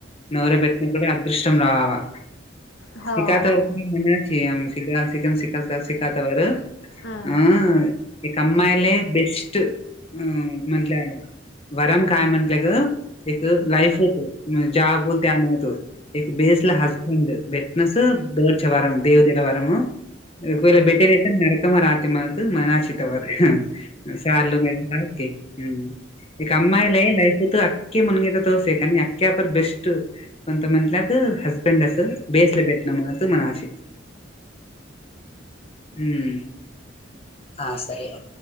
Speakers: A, on the left; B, on the left.
A: नवर बेटन कुड अदृष्टम रावावा
B: हो
A: शिकातवर
B: हो
A: मनाची आहे आमची क्लासिकन शिकवता शिकता बर्
B: हम्म
A: ह एक अम्माईला बेस्ट अ म्हंटलं वरम काय म्हटलं ग एक लाईफ होतो म्हे ज्या बोल त्या नव्हतो एक बेस ला हस्बेंड बेटनस बोच वरम देवदला वरमु कोला बेटेनेेत नरकम रात माहत मनाचीत तववर साल मिळता के हम्म एकका अम्ला आहे लाईफ अखे मुनगे तर तोसे आहेका आणि अक्यापर बेस्ट कोंतमंत लाख हस्बेंड असं बेस ला भटनाम अत मनाशी हम्म हा सर वा